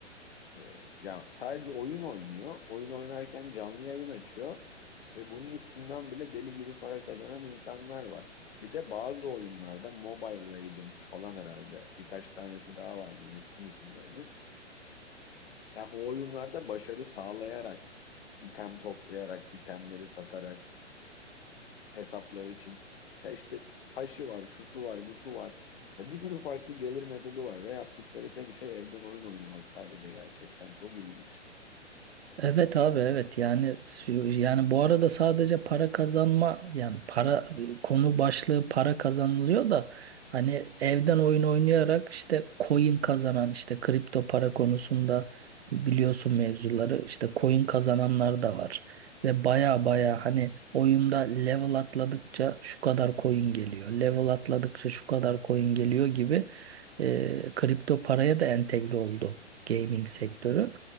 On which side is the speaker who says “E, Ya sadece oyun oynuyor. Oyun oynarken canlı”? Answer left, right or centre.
Left